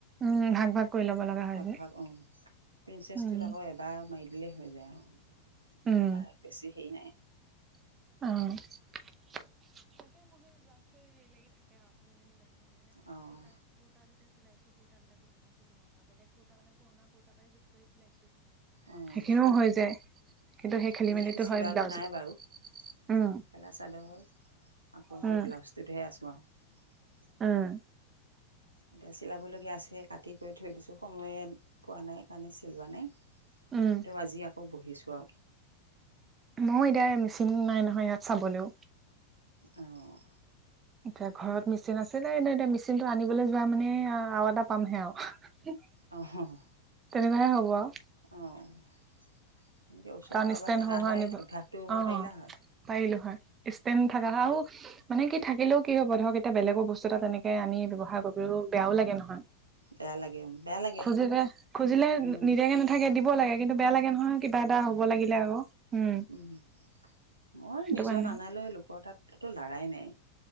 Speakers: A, on the right; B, on the right.
A: উম ভাগ ভাগ কৰি ল'ব লগা হয়
B: ভাগ
A: যে।
B: ভাগ অ' প্ৰিন্সচেছ
A: উম
B: টোত আকৌ এবাৰ মাই দিলেই হৈ যায় আৰু
A: উম
B: তাৰ বেছি হেৰি নাই।
A: অ' <inaudible> <inaudible>
B: অঁ, অঁ,
A: সেইখিনিও হৈ যায় কিন্তু
B: মই
A: সেই খেলি
B: সেইখিনি
A: মেলিটো
B: চিলোৱাগৈ
A: হয় ব্লাউজত
B: নাই বাৰু।
A: উম
B: মেখেলা চাদৰ আকৌ
A: উম
B: সেই ব্লাউজটোতহে আছোঁ আৰু
A: উম
B: এতিয়া চিলাবলগীয়া আছে কাটি কৰি থৈ দিছোঁ সময়ে পোৱা নাই কাৰণে চিলোৱা নাই
A: উম
B: ত আজি আকৌ বহিছোঁও।
A: মই এতিয়া মেচিন নাই নহয় ইয়াত চাবলৈও
B: অ '
A: এতিয়া ঘৰত মিচিন আছিলে যে এনে এ মি আনিবলৈ যোৱা মানে আৰু এটা পামহে আৰু
B: অহ
A: তেনেকাহে হ'ব আৰু
B: অ এনেকে ওচৰত
A: কাৰণ
B: কাৰোবাৰ
A: ষ্টেণ্ড
B: থকা
A: সহ
B: হয়
A: আনিব
B: অভ্যাসটো কৰিব
A: অ
B: পাৰিলা হয়
A: পাৰিলো হয় ষ্টেন থাকা হাও মানে কি থাকিলেও কি হ'ব ধৰক এতিয়া বেলেগৰ বস্তু এটা তেনেকে আমি ব্যৱহাৰ কৰিবও বেয়াও লাগে নহয়
B: বেয়া লাগে, বেয়া লাগে।
A: খুজিলে খুজিলে
B: উম
A: নি-নিদিয়াকে নাথাকে দিব লাগে, কিন্তু বেয়া লাগে নহয় কিবা এটা হ'ব লাগিলে আকৌ। উম
B: উ। মই
A: সেইটো
B: নিজৰ
A: কাৰণে
B: নানালৈ লোক তাততো লাৰাই নাই।